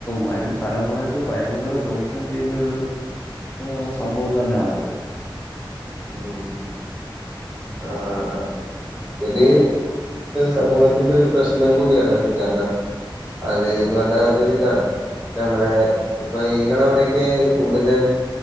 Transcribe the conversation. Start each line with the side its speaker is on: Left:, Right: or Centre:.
Left: വരും തലമുറക്ക് ഭയങ്കര ദോഷം ചെയ്യുന്നൊര്. ഹ് സംഭവം തന്നാണത്.
Right: ഉം. അആ ആഹ്. ഒര് സമൂഹത്തിന്റെ ഒരു പ്രശ്നം കൂടിയാണ് അത് കാരണം. അത്ന്ന് പർഞ്ഞാ അതൊര്താണ്. നമ്മളെ ഇപ്പൊ ഇങ്ങള അവിടൊക്കെ കൂടുതൽ.